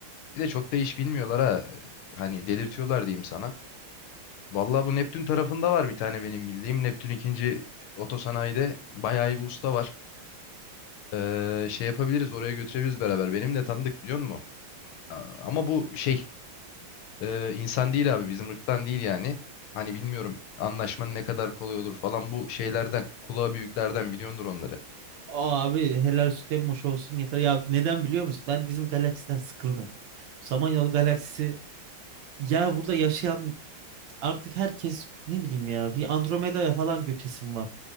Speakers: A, on the left; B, on the right.
A: Bir de çok da iş bilmiyorlar ha. Ee, Hani delirtiyorlar diyeyim sana. Vallahi bu Neptün tarafında var bir tane benim bildiğim. Neptün ikinci otosanayide bayağı iyi bir usta var. Ee, şey yapabiliriz oraya götürebiliriz beraber. Benim de tanıdık biliyor musun? Aa, Ama bu şey Ee, insan değil abi bizim ırktan değil yani. Hani bilmiyorum anlaşmanın ne kadar kolay olur falan bu şeylerden kulağa büyüklerden biliyordur onları.
B: Aa abi helal süt emmoş olsun yeter. Ya neden biliyor musun? Ben bizim galaksiden sıkıldım. Samanyolu galaksisi ya burada yaşayan artık herkes ne bileyim ya bir Andromeda'ya falan göçesim var.